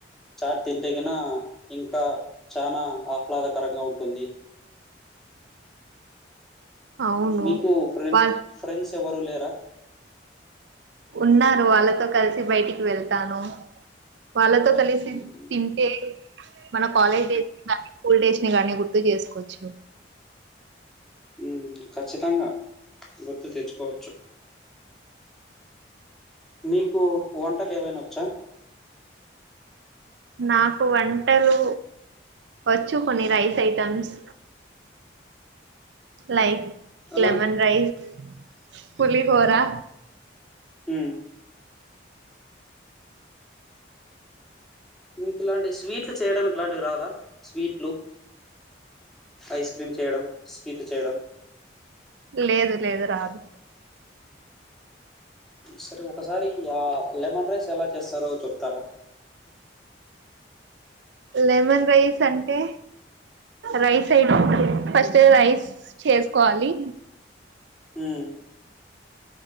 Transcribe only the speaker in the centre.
చాట్ తి గిన ఇంకా చాలా ఆహ్లాదకరంగా ఉంటుంది
మీకు ఫ్రెం
ఫ్రెండ్స్ ఎవరు లేరా
మ్మ్
ఉమ్ ఖచ్చితంగా గుర్తు తెచ్చుకోవచ్చు మీకు వంటలు ఏవైనా వచ్చా
అలాంటి
ఉం మీకు ఇలాంటి స్వీట్లు చేయడం ఇట్లాంటివి రాదా స్వీట్లు ఐస్ క్రీమ్ చేయడం స్వీట్లు చేయడం
సరే ఒకసారి ఆ లెమన్ రైస్ ఎలా చేస్తారో చెప్తారా
ఉమ్